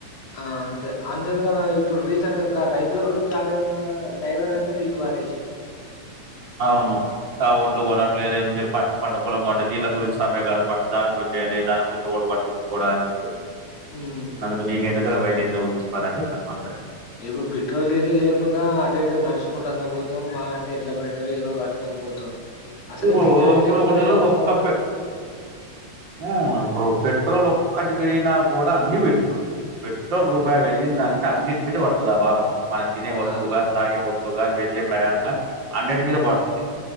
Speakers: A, on the left; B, on the right.
A: ఆ అంతే అంతేందుకన్న ఇప్పుడు రీసెంట్గా గా రైతుల గురించి అడగంగా డ్రైవర్ గానే పిక్ పడేషే
B: అవును ఆ ఓడ్లు
A: మ్
B: కొనట్లేదు మీరు ప పంట పొలం ఉంటే దీల్ల గురించి సమ్మె కాదు దానికికుడా చేయండి దాని గురించి ఎవ్వడు పట్టిచ్చుకోడ అని చెప్పేసి
A: మ్
B: నడుకు నీకు ఎందుకూర బై నీది నువ్వు చూసుకో అన్నట్టు ఇద్దర్ మాట్లాడిర్
A: ఇప్పుడు పెట్రోల్ డీజిల్ లేకున్న అటో ఇటుో నడుచుకుంటా అన్న పోోతాం మా అంటే ఎడ్ల బండో ఏదో కట్టుకోని పోతాం అసలే
B: ఇప్పుడు
A: తింటానికి
B: <unintelligible>
A: లేకపోతే ఏడ పోతాం
B: ఒక తప్పే
A: అన్న
B: మ్ ఇప్పుడు పెట్రోల్ ఒక్కటి పెరిగిన కూడా అన్ని పెరిగిపోతాయి పెట్రోల్ రూపాయి
A: మ్
B: పెరిగిందంటే అన్నిటి మీద పడుతది ఆ భారం మనం తినే వస్తువు
A: ఆ
B: కాని తాగే వస్తువు కాని వెళ్ళే ప్రయాణం కాని అన్నిటి మీద పడుతది